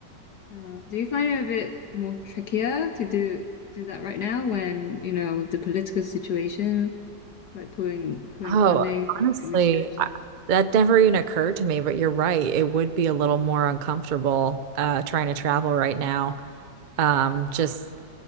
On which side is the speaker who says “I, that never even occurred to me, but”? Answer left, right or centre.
Right